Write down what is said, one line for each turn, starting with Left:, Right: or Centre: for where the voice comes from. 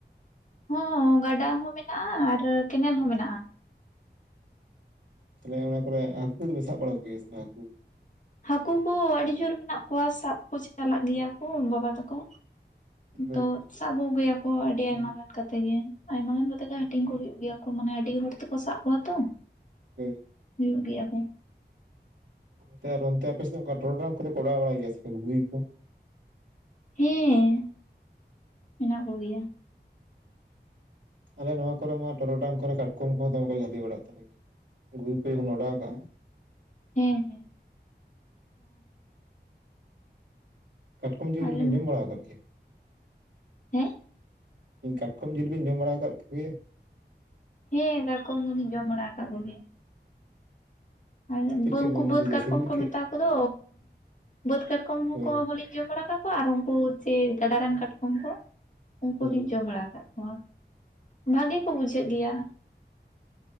Left: ᱦᱚᱸ ᱜᱟᱰᱟ ᱦᱚᱸ ᱢᱮᱱᱟᱜᱼᱟ ᱟᱨ ᱠᱮᱱᱮᱞ ᱦᱚᱸ ᱢᱮᱱᱟᱜᱼᱟ᱾
Right: ᱛᱟᱦᱚᱞᱮ ᱚᱱᱟ ᱠᱚᱨᱮ ᱦᱟᱹᱠᱩ ᱠᱚᱫᱚ ᱯᱮ ᱥᱟᱵ ᱵᱟᱲᱟ ᱠᱚ ᱜᱮᱭᱟ ᱦᱟᱹᱠᱩ᱾
Left: ᱦᱟᱹᱠᱩ ᱠᱚ ᱟᱹᱰᱤ ᱡᱳᱨ ᱢᱮᱱᱟᱜ ᱠᱚᱣᱟ ᱥᱟᱵ ᱠᱚ ᱪᱟᱞᱟᱜ ᱜᱮᱭᱟ ᱠᱚ ᱵᱟᱵᱟ ᱛᱟᱠᱚ᱾
Right: ᱦᱳᱭ
Left: ᱛᱚ ᱥᱟᱵᱽ ᱠᱚᱜᱮᱭᱟ᱾ ᱚ ᱟᱹᱰᱤ ᱟᱭᱢᱟ ᱜᱟᱱ ᱠᱟᱛᱮ ᱜᱮ ᱟᱭᱢᱟ ᱜᱟᱱ ᱠᱟᱛᱮ ᱜᱮ ᱦᱟᱹᱴᱤᱧ ᱠᱚ ᱦᱩᱭᱩᱜ ᱜᱮᱭᱟ ᱠᱚ ᱢᱟᱱᱮ ᱟᱹᱰᱤ ᱦᱚᱲ ᱛᱮᱠᱚ ᱥᱟᱵ ᱠᱚᱣᱟ ᱛᱚ᱾ <unintelligible>
Right: <unintelligible>
Left: ᱦᱩᱭᱩᱜ ᱜᱮᱭᱟ ᱠᱚ᱾
Right: ᱚᱱᱛᱮ ᱟᱨ ᱚᱱᱛᱮ ᱟᱯᱮᱥᱮᱫ ᱚᱱᱠᱟ ᱴᱚᱨᱚᱰᱟᱝ ᱠᱚᱫᱚ ᱠᱚᱲᱟᱣ ᱵᱟᱲᱟᱭ ᱜᱮᱭᱟ ᱥᱮ ᱜᱷᱩᱜᱤ ᱠᱚ ᱾
Left: ᱦᱮᱸ ᱢᱮᱱᱟᱜ ᱢᱮᱱᱟᱜ ᱠᱚᱜᱮᱭᱟ᱾
Right: ᱟᱞᱮ ᱱᱚᱣᱟ ᱠᱚᱨᱮ ᱢᱟ ᱴᱚᱨᱚᱰᱟᱝ ᱠᱚᱨᱮ ᱠᱟᱴᱠᱚᱢ ᱠᱚᱦᱚᱸ ᱫᱚᱢᱮ ᱠᱚ ᱡᱟᱹᱞᱤ ᱵᱟᱲᱟᱜ ᱛᱟᱞᱮᱭᱟ ᱜᱷᱩᱜᱤ ᱡᱚᱠᱷᱚᱱ ᱚᱰᱟᱣ ᱠᱟᱜᱼᱟ᱾
Left: ᱦᱮᱸ ᱦᱮᱸ
Right: ᱠᱟᱴᱠᱚᱢ ᱡᱤᱭᱟᱹᱞᱤᱵᱤᱱ
Left: ᱟᱞᱮᱢ
Right: ᱡᱚᱢ ᱵᱟᱲᱟ ᱟᱠᱟᱫ ᱜᱮᱭᱟ᱾
Left: ᱦᱮᱸ
Right: ᱤᱧ ᱠᱟᱴᱠᱚᱢ ᱡᱤᱞ ᱵᱤᱧ ᱡᱚᱢ ᱵᱟᱲᱟ ᱟᱠᱟᱫ ᱠᱚᱜᱮᱭᱟ᱾
Left: ᱦᱮᱸ ᱫᱟᱠᱚᱢ ᱫᱚᱸᱞᱤᱧ ᱡᱚᱢ ᱵᱟᱲᱟ ᱟᱠᱟᱫ ᱠᱚᱜᱮᱭᱟ᱾ ᱟᱨ
Right: ᱪᱮᱫ ᱞᱮᱠᱟ
Left: ᱩᱱᱠᱩ
Right: ᱵᱤᱱ
Left: ᱵᱟᱹᱫᱽ
Right: ᱵᱩᱡᱟ
Left: ᱠᱟᱴᱠᱚᱢ
Right: ᱥᱤᱵᱤᱞ
Left: ᱠᱚ
Right: ᱜᱮ?
Left: ᱢᱮᱛᱟ ᱠᱚᱫᱚ ᱵᱟᱹᱫᱽ ᱠᱟᱴᱠᱚᱢ ᱦᱚᱸᱠᱚ
Right: ᱦᱳᱭ ᱦᱳᱭ
Left: ᱞᱤᱧ᱾ ᱤᱭᱟᱹ ᱵᱟᱲᱟ ᱠᱟᱜ ᱠᱚᱣᱟ ᱟᱨ ᱩᱱᱠᱩ ᱪᱮ ᱜᱟᱰᱟ ᱨᱮᱱ ᱠᱟᱴᱠᱚᱢ ᱠᱚ᱾ ᱩᱱᱠᱩ
Right: ᱦᱳᱭ
Left: ᱫᱚᱤᱧ ᱡᱚᱢ ᱵᱟᱲᱟ ᱟᱠᱟᱫ ᱠᱚᱣᱟ ᱵᱷᱟᱜᱮ ᱠᱚ ᱵᱩᱡᱷᱟᱹᱜ ᱜᱮᱭᱟ᱾